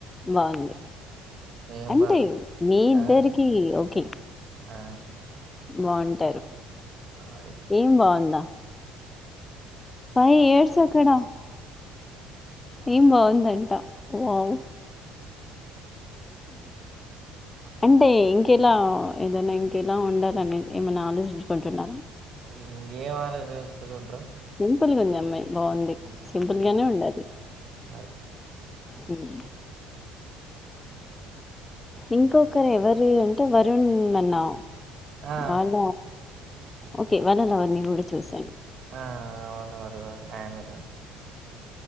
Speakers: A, on the left (about 20°); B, on the right (about 50°).
A: బావుంది
B: ఏం
A: అంటే
B: బాగుంది
A: మీ ఇద్దరికి
B: ఆ
A: ఓకే
B: ఆ
A: బావుంటారు
B: అది
A: ఏం బావుందా ఫైవ్ ఇయర్స్ అక్కడ ఏం బావుందంట వావ్ అంటే ఇంకెలా ఏదనా ఇంకెలా ఉండాలనే ఏమైనా ఆలోచించుకుంటున్నారా
B: ఇంగ్ ఏం ఆలోచిచ్చు గుంట్రు
A: సింపుల్ గా ఉంది ఈ అమ్మాయి బావుంది సింపుల్
B: ఆ
A: గానే ఉండాలి
B: అది
A: హ్మ్.
B: ఆ
A: ఇంకొకరు ఎవరు అంటే వరుణ్ అన్నా
B: ఆ
A: వాళ్ళ ఓకే వాళ్ళ లవర్ నీ కూడా చూశాను
B: ఆ వాళ లవరుగూడ ఆయన కూడా